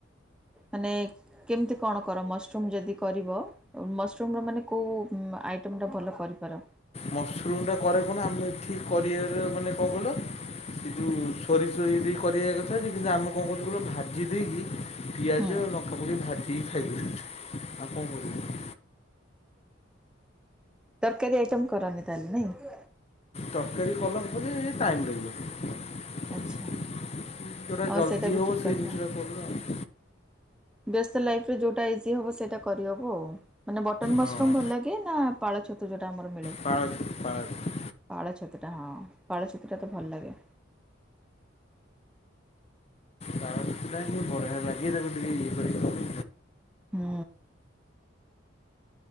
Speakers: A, in the centre; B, on the left.
A: ମାନେ କେମିତି କଣ କର ମସରୁମ୍ ଯଦି କରିବ ମସରୁମ୍ ର ମାନେ? କେଉ ଆଇଟମ୍ ଟା ଭଲ କରିପାର?
B: ମସରୁମ୍ ଟା କରେ ଫୁଣି ଆମେ ଏଠି କରିବାର ମାନେ କଣ କଇଲ? ସେ ଯୋଉ ସୋରିଷ ଇଏ ଦେଇକି କରିବା କଥା ଯେ ଆମେ କଣ କରୁଛୁ ଗୋଟେ ଭାଜି ଦେଇକି ପିଆଜ,
A: ହୁଁ
B: ଲଙ୍କା, ପକେଇକି ଭାଜିିକି ଖାଇଦଉଛୁ ଆଉ କଣ କରିବୁ।
A: ତରକାରୀ ଆଇଟମ୍ କରନ୍ତି ତାହେଲେ ନାଇଁ କି?
B: ତରକାରୀ କଲେ ହବ ଜେ ଏ -ଏଇ ଟାଇମ୍ ଲାଗିବ।
A: ଆଚ୍ଛା
B: ଯୋଉ ଟା
A: ହଁ
B: ଜଲ୍ଦି
A: ସେଇଟା ବି
B: ହବ
A: ଠିକ୍ କଥା।
B: ସେଇ ଜିନିଷଟା କରୁ ଆଉ।
A: ବ୍ୟସ୍ତ ଲାଇଫରେ ଯେଉଟା ଇଜି ହେବ ସେଇଟା କରିହେବ ଆଉ। ମାନେ ବଟନ୍ ମସରୁମ୍
B: ହଁ
A: ଭଲ ଲାଗେ ନା ପାଳ ଛତୁ ଯୋଉଟା ଆମର ମିଳେ?
B: ପାଳ ଛତୁ, ପାଳ ଛତୁ।
A: ପାଳ ଛତୁଟା ହଁ ପାଳ ଛତୁଟା ତ ଭଲ ଲାଗେ।
B: ପାଳ ଛତୁ ଟା ହିଁ ବଢିଆ ଲାଗେ ତାକୁ ଟିକେ ଇଏ କରିକି କଲେ
A: ହୁଁ।